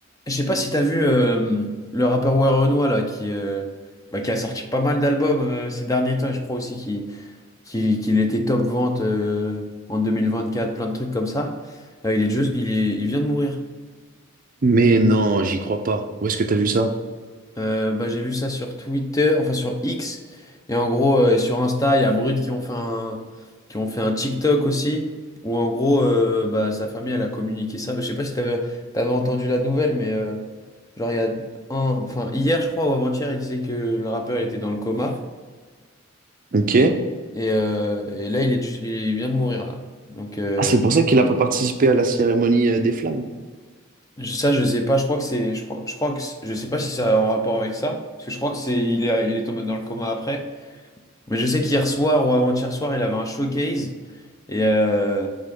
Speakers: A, on the left; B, on the right.
A: Je sais pas si t'as vu euh, le rappeur Ouais Renoir là qui, euh, bah, qui a sorti pas mal d'albums euh, ces derniers temps et je crois aussi qu'il qu'il- qu'il était top vente euh, en quatre plein de trucs comme ça. Euh, il est juste, il est, il vient de mourir.
B: Mais non, j'y crois pas. Où est-ce que t'as vu ça?
A: Euh, bah, j'ai vu ça sur Twitter, enfin sur X et en gros euh, et sur Insta, il y a Brut qui ont fait un qui ont fait un TikTok aussi où en gros euh, bah, sa famille elle a communiqué ça. Je sais pas si t'avais t'avais entendu la nouvelle mais euh, Genre, il y a un, enfin, hier, je crois, ou avant-hier, il disait que le rappeur il était dans le coma.
B: Ok.
A: Et, euh, et là, il est, ju- il vient de mourir, là. Donc, euh,
B: Ah, c'est pour ça qu'il a pas participé à la cérémonie euh, des flammes.
A: je- ça, je sais pas. Je crois que c'est, je crois, je crois que, c'est- je sais pas si ça a un rapport avec ça. Parce que je crois que c'est, il est, il est tombé dans le coma après. Mais je sais qu'hier soir ou avant-hier soir, il avait un showcase. Et, euh,